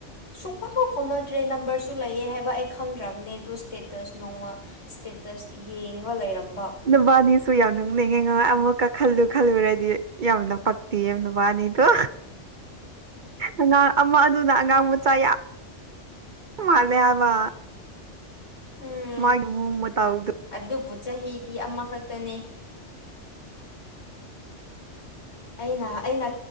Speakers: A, on the left; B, on the right.
A: ꯁꯨꯡꯐꯥꯎ ꯐꯥꯎꯅꯗ꯭ꯔꯦ ꯅꯝꯕꯔꯁꯨ ꯂꯩꯌꯦ ꯍꯥꯏꯕ ꯑꯩ ꯈꯪꯗ꯭ꯔꯕꯅꯦ ꯑꯗꯨ ꯁ꯭ꯇꯦꯇꯁ ꯅꯣꯡꯃ ꯏꯁꯇꯦꯇꯁ ꯌꯦꯡꯉ ꯂꯩꯔꯝꯕ
B: ꯅꯨꯕꯥꯅꯤꯁꯨ ꯌꯥꯎꯅꯤꯡ ꯅꯤꯡꯉꯦ ꯉ ꯑꯃꯨꯛꯀ ꯈꯜꯂꯨ ꯈꯜꯂꯨꯔꯗꯤ ꯌꯥꯎꯅꯕ ꯄꯛꯇꯤ ꯅꯨꯕꯥꯅꯤꯗꯣ ꯑꯉꯥꯡ ꯑꯃ ꯑꯗꯨꯅ ꯑꯉꯥꯡ ꯆ ꯃꯥꯜꯂꯦ ꯍꯥꯏꯕ꯫
A: ꯎꯝ
B: ꯃꯥꯃꯥꯎꯣ ꯗꯣ
A: ꯑꯗꯨꯕꯨ ꯆꯍꯤꯗꯤ ꯑꯃꯈꯛꯇꯅꯦ꯫ ꯑꯩꯅ ꯑꯩꯅ